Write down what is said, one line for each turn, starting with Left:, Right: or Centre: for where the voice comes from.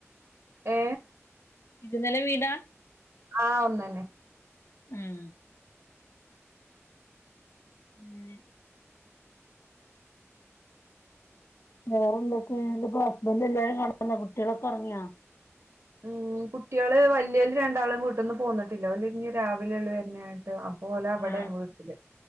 Right: ഏ
Left: ഇരു നില വീടാ
Right: ആഹ് ഒന്നന്നെ
Left: ഉം മുന്നേ വേറെ എന്തൊക്കെ ന്റെ ഇപ്പ ഹസ്ബൻഡ് എല്ലാവരും കെടന്ന കുട്ടികളൊക്കെ ഒറങ്ങിയാ
Right: ഉം കുട്ടികള് വല്ല്യവര് രണ്ടാളും വീട്ട്ന്ന് പോന്നിട്ടില്ല ഓല് ഞ് രാവിലെള്ള വരുന്ന് ത് അ ഓല് അവിടെണ്
Left: ആഹ്
Right: വീട്ടില്